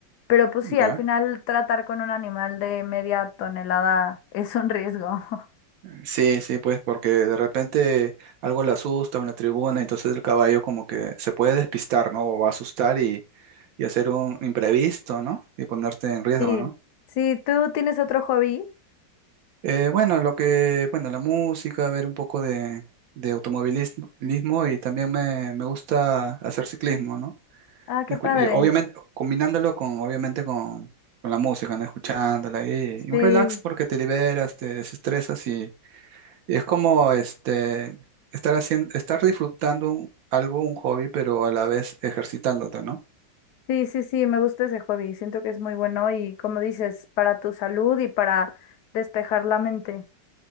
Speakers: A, on the left; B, on the right.
A: pero pues sí,
B: Ya.
A: al final tratar con un animal de media tonelada <laughs> es un riesgo. <laughs>
B: Sí, sí, pues porque de repente algo le asusta, una tribuna, entonces el caballo como que se puede despistar, ¿no? O va a asustar y, y hacer un imprevisto, ¿no? Y ponerte en riesgo,
A: Sí,
B: ¿no?
A: sí, ¿tú tienes otro hobby?
B: Eh, bueno, lo que, bueno, la música, ver un poco de, de automovilismo lismo, y también me, me gusta hacer ciclismo, ¿no?
A: Ah, qué
B: Escu-
A: padre.
B: y obviamente, combinándolo con, obviamente con, con la música, ¿no? Escuchándola y, y
A: Sí,
B: un relax porque te liberas, te desestresas Y es como este, estar haciendo, estar disfrutando un- algo, un hobby, pero a la vez ejercitándote, ¿no?
A: sí, sí, sí, me gusta ese hobby, siento que es muy bueno y como dices, para tu salud y para despejar la mente.